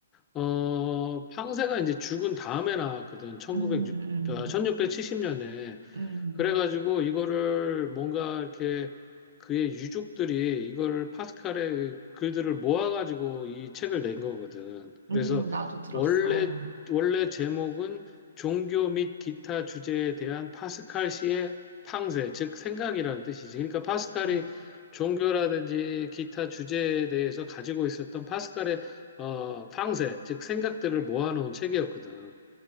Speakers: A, on the left; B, on the right.
A: 어 팡세가 이제 죽은 다음에 나왔거든 천구백0천
B: 음, 음,
A: 1670년에
B: 음,
A: 그래가지고 이거를 뭔가 이렇게 그의 유족들이 이걸 파스칼의 글들을 모아가지고 이 책을 낸 거거든. 그래서
B: 음, 나도 들었어.
A: 원래, 원래 제목은 종교 및 기타 주제에 대한 파스칼 시의 탕세, 즉 생각이라는 뜻이지. 그러니까 파스칼이
B: 음.
A: 종교라든지 기타 주제에 대해서 가지고 있었던 파스칼의 어, 탕세, 즉 생각들을 모아놓은 책이었거든.